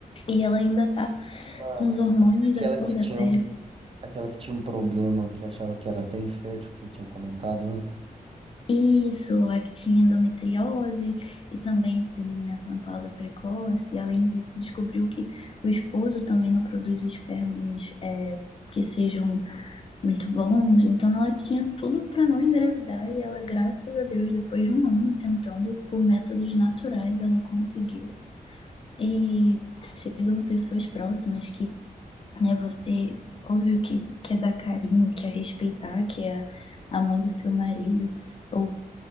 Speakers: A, on the left; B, on the right.
A: E ela ainda tá
B: Ela-
A: com os hormônios
B: é aquela
A: à flor
B: que
A: da
B: tinha
A: pele.
B: um, aquela que tinha um problema que achava que era até infértil, que você tinha comentado antes.
A: Isso, é que tinha endometriose e também tem menopausa precoce. E além disso, descobriu que o esposo também não produz espermas é, que sejam muito bons. Então, ela tinha tudo para não engravidar e ela, graças a Deus, depois de um ano tentando por métodos naturais, ela conseguiu. E chegam pessoas próximas que, né, você, óbvio que quer dar carinho, quer respeitar, que é a mãe do seu marido ou